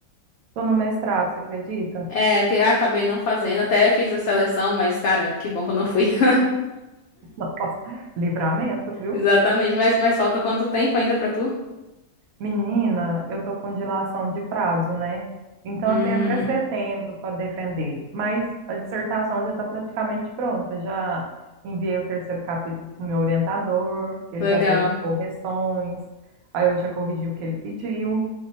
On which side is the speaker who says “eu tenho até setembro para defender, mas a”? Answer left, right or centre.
Right